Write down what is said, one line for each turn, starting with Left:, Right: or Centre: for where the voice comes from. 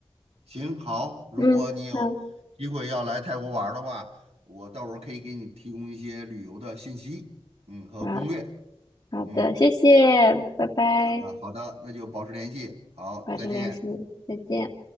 Right: 行好，如果你有
Left: 嗯，好
Right: 机会要来泰国玩儿的话，我到时候可以给你提供一些旅游的信息，嗯，和攻略。
Left: 好，好的，
Right: 嗯，
Left: 谢谢，拜拜，
Right: 啊，好的，那就保持联系，好，
Left: 保持联系，
Right: 再见。
Left: 再见。